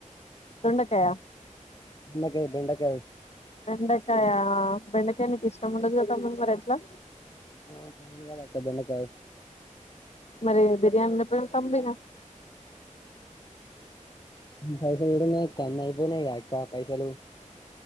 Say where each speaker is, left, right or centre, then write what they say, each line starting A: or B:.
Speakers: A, on the left; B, on the left.
A: తుండకాయ
B: బెండకాయ బెండకాయ
A: వెండకాయ బెండకాయ నీకు ఇష్టం ఉండదు కదామ్మని మరి ఎట్లా
B: ఫగా బన్నకాయ
A: మరి బిర్యానీన్నప్పు తంబిన
B: ఫైస ఏడున్నాయ్ క కన్నా ప క్క పైసలు